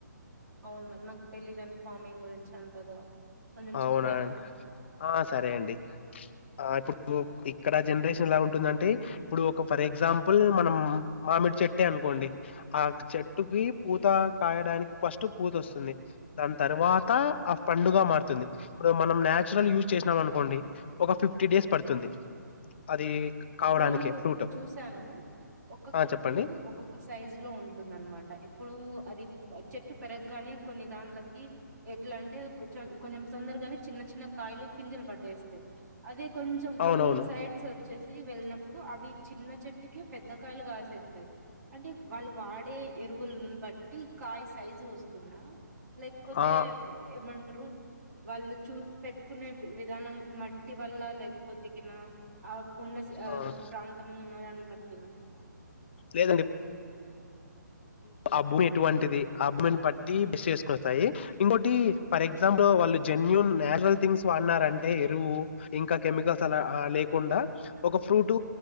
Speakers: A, on the right; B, on the left.
A: అవునా నాకు తెలీదండి ఫార్మింగ్ గురించి అంతగా కొంచెం
B: అవునా
A: చెప్తారా
B: ఆ సరే అండి ఆ ఇప్పు ఇక్కడ జనరేషన్ ఎలా ఉంటుందంటే ఇప్పుడు ఒక ఫర్ ఎగ్జాంపుల్ మనం మామిడి చెట్టే అ అనుకోండి ఆ చెట్టుకి పూత కాయడానికి ఫస్ట్ పూత వస్తుంది దాని తర్వాత త ఆ పడుగగా మారుత ఇప్పుడు మనం నచురల్ యూజ్ చేసినాం అనుకోండి ఒక ఫిఫ్టీ డేస్ పడుతుంది అది కావడానికి
A: నేను
B: ఫ్రూట్
A: చూసాను ఒక్కొక్క
B: ఆ చెప్పండి
A: ఫ్రూట్ ఒక్కొక్క సైజ్ లో ఉంటుందనమాట ఇప్పుడు అది చెట్టు పెరగగానే కొన్ని దాన్లకి ఎట్లా అంటే కొంచెం కొంచెం తొందర కాని చిన్న చిన్న కాయలు పింజలు పట్టేస్తాయి అదే కొంచెం
B: అవునవును
A: కొన్ని సైడ్స్ వచ్చే వెళ్ళినప్పుడు అవి చిన్న చెట్టుకి పెద్దకాయలు కాసేస్తాయి అంటే వాళ్ళు వాడే ఎరువుని బట్టి కాయ సైజు వస్తుంద లేకపోతే
B: ఆ
A: ఏమంటారు వాళ్ళు చూ పెట్టుకునే విధానం మట్టి వల్ల లేకపోతే కిన ఆ ఉన్నస్
B: ఆ
A: ప్రాంతం నదాన వటిన
B: లేదండి అబ్బ ఎటువంటిది అబ్ని బట్టి బెస్ చేసుకొస్తాయి ఇంకోటి ఫర్ ఎగ్జాంపుల్ వాళ్ళు జెన్యుూన్ నాచురల్ థింగ్స్ వాన్నారంటే ఎరువు ఇంకా కెమికల్స్ అలా లేకుండా ఒక ఫ్రూట్